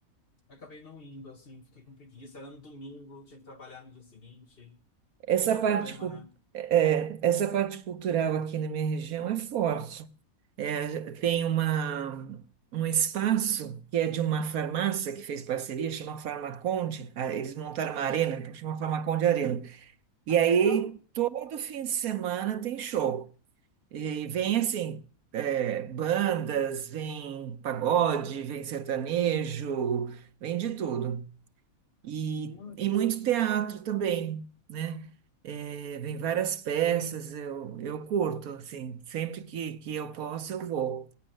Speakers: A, on the left (about 40°); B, on the right (about 80°).
A: Eu acabei não indo, assim, fiquei com preguiça. Era no domingo, tinha que trabalhar no dia seguinte.
B: Essa
A: Esse é o
B: parte,
A: problema,
B: cu-
A: né?
B: é, essa parte cultural aqui na minha região é forte. É, tem uma, um espaço que é de uma farmácia que fez parceria, chama Farmaconde. Ah, Eles montaram uma arena, então chama Farmaconde Arena. E
A: Ah,
B: aí,
A: que legal!
B: todo fim de semana tem show. E vem assim, é, bandas, vem pagode, vem sertanejo, vem de tudo. E,
A: Hum,
B: e muito teatro também, né? É, vem várias peças, eu, eu curto, assim, sempre que, que eu posso, eu vou.